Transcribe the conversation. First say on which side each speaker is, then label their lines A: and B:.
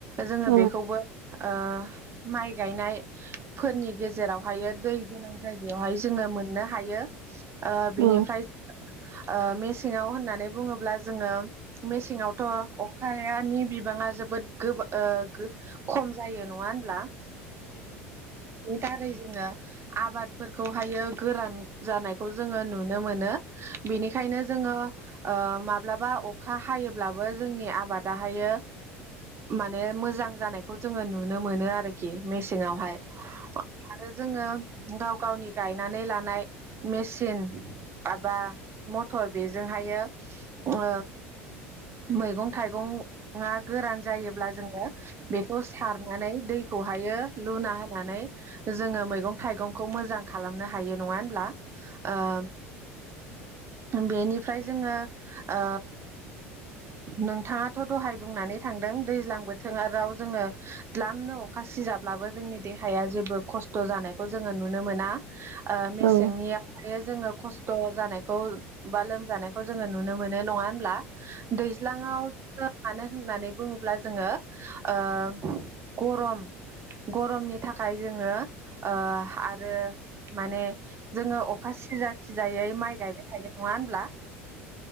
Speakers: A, on the right; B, on the right.
A: जोङो
B: औ
A: बेखौबो ओ माइ गायनायफोरनि गेजे जेरावहायो दै गोनां जायगायावहाय जोङो मोननो हायो ओ बेनिफ्राय
B: औ
A: ओ मेसेंङाव होननानै बुङोब्ला जोङो मेसेङावथ' अखायानि बिबां ङा जोबोद गो ओ गो खम जायो नङा होनब्ला बेनि दारै जोंङो आबादफोरखौहायो गोरान जानायखौ जोंङो नुनो मोनो । बेनिखायनो जोंङो ओ माब्लाबा अखा हायोब्लाबो जोंनि आबादाहायो माने मोजां जानायखौ जोंङो नुनो मोनो आरोखि मेसेंङावहाय । आरो जोंङो गाव गावनि गायनानै लानाय मेसिन एबा मथर बेजोंहायो ओ मैगं थाइगंङा गोरान जायोब्ला जोङो बेखौ सारनानै दै खौहायो लुना होनानै जोंङो मैगं थाइगंखौ मोजां खालामनो हायो नंङा होनब्ला? ओ बेनिफ्राय जोंङो ओ नोंथांङाथ' दहाय बुंनानै थांदों दैज्लां बोथोर राव जोङो ग्लाम अखा सिजाब्लाबो जोंनि देहाया जेबो खस्थ' जानायखौ जोंङो नुनो मोना । ओ मेसेंनिया
B: औ
A: हले जोङो खस्थ' जानाय खौ बा लोमजानायखौ जोङो नुनो मोनो नङा होनब्ला दैज्लाङाव मानो होननानै बुङोब्ला जोङो ओ गरम गरमनि थाखाय जोंङो ओ आरो माने जोंङो अखा सि सिजा सिजायै माइ गायबाय थायो नङा होनब्ला